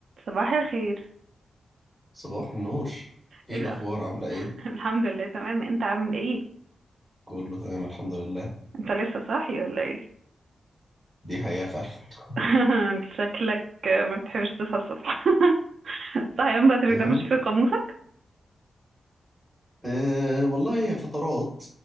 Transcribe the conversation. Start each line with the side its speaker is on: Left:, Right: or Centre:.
Right: صباح الخير
Centre: صباح النور ايه
Right: ايه
Centre: الاخبار
Right: بقى
Centre: عامله ايه
Right: <laughs> الحمد لله تمام انت عامل ايه
Centre: كله تمام الحمد لله
Right: انت لسه صاحي ولا ايه
Centre: دي حقيقه فعلا <laughs>
Right: <laughs> انت شكلك ما بتحبش تصحى الصبح <laughs> الصحيان بدري
Centre: يعني
Right: ده مش في قاموسك
Centre: إيه والله هي فترات